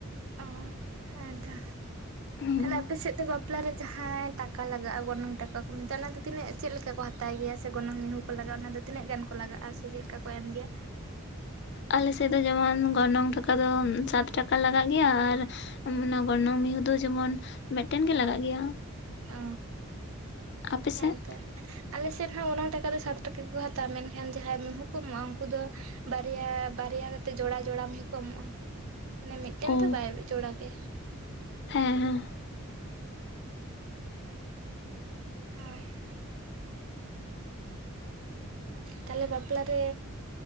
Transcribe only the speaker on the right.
ᱚᱸ ᱦᱮᱸ ᱮᱱᱛᱮ,
ᱟᱯᱮ ᱥᱮᱫ ᱫᱚ ᱵᱟᱯᱞᱟ ᱨᱮ ᱡᱟᱦᱟᱸ ᱴᱟᱠᱟ ᱞᱟᱜᱟᱜᱼᱟ ᱜᱚᱱᱚᱝ ᱴᱟᱠᱟ ᱠᱚ ᱢᱮᱛᱟᱜ ᱚᱱᱟ ᱫᱚ ᱛᱤᱱᱟᱹᱜ ᱪᱮᱫ ᱞᱮᱠᱟ ᱠᱚ ᱦᱟᱛᱟ, <unintelligible> ᱛᱟᱭ ᱜᱮᱭᱟ ᱥᱮ ᱜᱚᱱᱚᱝ ᱢᱤᱦᱩ ᱠᱚ ᱞᱟᱜᱟᱜᱼᱟ ᱚᱱᱟ ᱫᱚ ᱛᱤᱱᱟᱹᱜ ᱜᱟᱱ ᱠᱚ ᱞᱟᱜᱟᱜᱼᱟ ᱥᱮ ᱪᱮᱫ ᱞᱮᱠᱟ ᱠᱚ ᱮᱢ ᱜᱮᱭᱟ?
ᱚ,
ᱦᱮᱸ ᱛᱚ᱾ ᱟᱞᱮᱥᱮᱫ ᱦᱚᱸ ᱜᱚᱱᱚᱝ ᱴᱟᱠᱟ ᱫᱚ ᱥᱟᱛ ᱴᱟᱠᱟ ᱜᱮᱠᱚ ᱦᱟᱛᱟᱣᱟ᱾ ᱢᱮᱱᱠᱷᱟᱱ ᱡᱟᱦᱟᱸᱭ ᱢᱤᱦᱩᱸ ᱠᱚ ᱮᱢᱚᱜᱼᱟ ᱩᱱᱠᱩ ᱫᱚ ᱵᱟᱨᱭᱟ ᱵᱟᱨᱭᱟ ᱠᱟᱛᱮᱜ ᱡᱚᱲᱟ ᱡᱚᱲᱟ ᱢᱤᱦᱩᱸ ᱠᱚ ᱮᱢᱚᱜᱼᱟ᱾ ᱢᱟᱱᱮ ᱢᱤᱫᱴᱮᱱ
ᱫᱚ ᱵᱟᱭ ᱡᱚᱲᱟ ᱜᱮ᱾
ᱦᱳᱭ, ᱛᱟᱦᱚᱞᱮ ᱵᱟᱯᱞᱟ ᱨᱮ